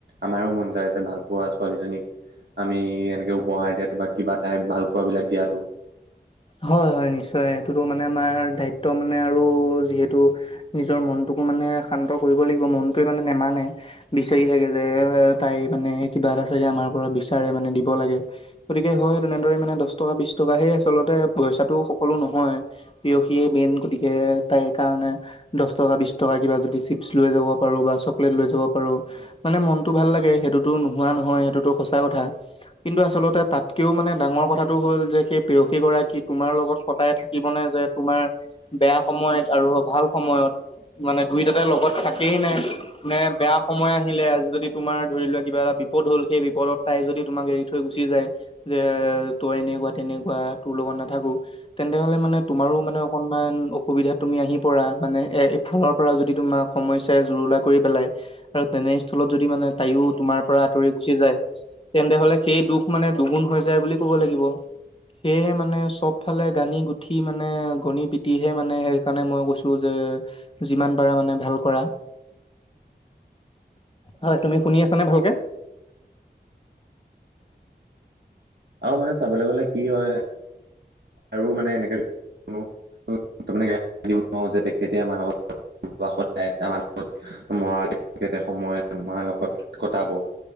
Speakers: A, on the right; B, on the left.
A: আমাৰো মন যায় যে ভালপোৱা ছোৱালীজনীক আমি এনেকৈ উপহাৰ দিয়াটো বা কিবা তাই ভালপোৱাবিলাক দিয়াটো।
B: হয় হয় নিশ্চয় সেইটোতো মানে আমাৰ দায়িত্ব মানে আৰু যিহেতু নিজৰ মনটোকো মানে শান্ত কৰিব লাগিব মনটোৱে মানে নেমানে। বিচাৰি থাকে যে তাই মানে কিবা এটা চাগে আমাৰ পৰা বিচাৰে মানে দিব লাগে। গতিকে হয় তেনেদৰে মানে দহ টকা বিশ টকা সেই আচলতে পইচাটো সকলো নহয়। প্ৰেয়সীয়ে মেইন গতিকে তাইৰ কাৰণে দহ টকা বিশ টকা কিবা যদি চিপছ লৈ যাব পাৰো বা চকলেট লৈ যাব পাৰো মানে মনটো ভাল লাগে সেইটোতো নোহোৱা নহয় সেইটোতো সঁচা কথা। কিন্তু আচলতে তাতকেও মানে ডাঙৰ কথাটো হ'ল যে সেই প্ৰেয়সীগৰাকী তোমাৰ লগত সদাই থাকিবনে যে তোমাৰ বেয়া সময়ত আৰু ভাল সময়ত মানে দুইটাতে লগত থাকেই নে নে বেয়া সময় আহিলে আজি যদি তোমাৰ ধৰি লোৱা কিবা এটা বিপদ হ'ল সেই বিপদত তাই যদি তোমাক এৰি থৈ থৈ গুচি যায় যে তই এনেকুৱা তেনেকুৱা তোৰ লগত নাথাকো তেন্তে হ'লে মানে তোমাৰো মানে অক অকণমান অসুবিধাত তুমি আহি পৰা মানে এয়া এইফালৰ পৰা যদি তোমাক সমস্যাই জুৰুলা কৰি পেলাই। আৰু তেনেস্থলত যদি মানে তাইও তোমাৰ পৰা আঁতৰি গুচি যায়। তেন্তে হ'লে সেই দুখ মানে দুগুণ হৈ যায় বুলি ক'ব লাগিব। সেয়েহে মানে চবফালে গানি গুঠি মানে গণি পিটিহে মানে সেইকাৰণে মই কৈছোঁ যে যিমান পাৰা মানে ভাল কৰা হয় তুমি শুনি আছা নে ভালকে
A: আৰু মানে চাবলৈ গলে কি হয় আৰু মানে এনেকে যে তাৰমানে গাই পাতিব নোৱাৰোঁ যে তেখেতে আমাৰ লগত <unintelligible> তত সদায় তাহাতৰ লগত মৰাৰ কেতিয়া সময় মাৰ লগত <unintelligible> কটাব